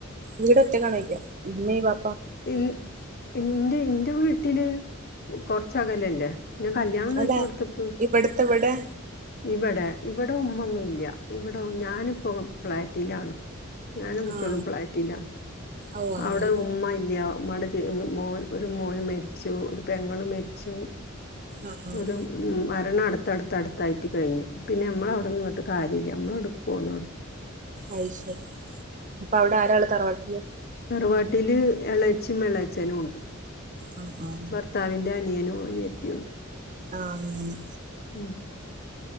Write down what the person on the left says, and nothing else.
ഇൽ ഇന്റെ ഇന്റെ വീട്ടില് കൊർച്ചകലല്ലേ ഇന്നേ കല്യാണം കഴിച്ചോട്ത്ത്ക്ക്
ഇവടെ ഇവടെ ഉമ്മൊന്നുംല്ല. ഇവടെ ഞാനിപ്പോ ഫ്ളാറ്റിലാണ്. ഞാനും കുട്ട്യേളും
ഫ്ലാറ്റിലാ
അവ്ടെ ഉമ്മ ഇല്ല ഉമ്മാടെ മോൻ ഒരു മോന് മരിച്ചു ഒരു പെങ്ങള് മര്ച്ചു
ഒരു മരണ അട്ത്തട്ത്തട് ത്തായിട്ട് കഴിഞ്ഞു. പിന്നെ അമ്മള അവിടെ നിന്നിട്ട് കാര്യല്ല. നമ്മള് ങ്ങട് പോന്നു
തർവാട്ടില് എളേച്ചിം എളേച്ചനും ഉണ്ട്.
ഭർത്താവിന്റെ അനിയനും അനിയത്തിയുണ്ട്.
ഉം